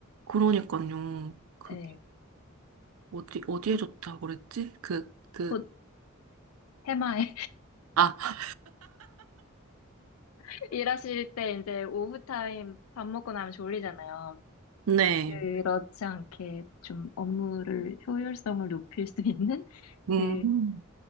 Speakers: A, on the right; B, on the left.
A: 그러니까요. 그
B: 예,
A: 어디 어디에
B: 곧,
A: 좋다고 그랬지? 그 그
B: 곧 해마에
A: 아,
B: <laughs> 일하실 때 이제 오후 타임 밥 먹고 나면 졸리잖아요.
A: 네.
B: 그렇지 않게 좀 업무를 효율성을 높일 수 있는
A: 음.
B: 그